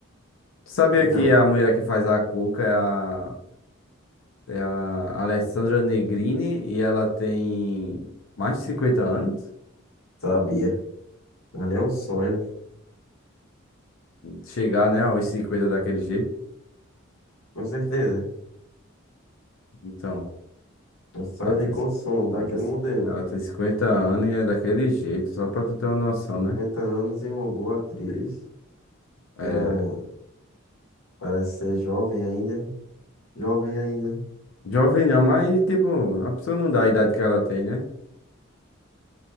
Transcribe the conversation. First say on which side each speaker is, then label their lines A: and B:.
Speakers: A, on the left; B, on the left.
A: Tu sabia
B: Ele não,
A: que a mulher que faz a Cuca é a, é a Alessandra Negrini e ela tem mais de 50 anos?
B: sabia. Ali é um sonho,
A: chegar, né, aos 50 daquele jeito.
B: com certeza.
A: Então,
B: Um sonho
A: ela tem,
B: de consumo daquele
A: ela tem,
B: modelo.
A: ela tem 50 anos e é daquele jeito, só pra tu ter uma noção,
B: cinquenta
A: né?
B: anos e uma boa atriz. Tem
A: É,
B: uma, parece ser jovem ainda. Jovem ainda.
A: jovem não, mas tipo, a pessoa não dá a idade que ela tem, né?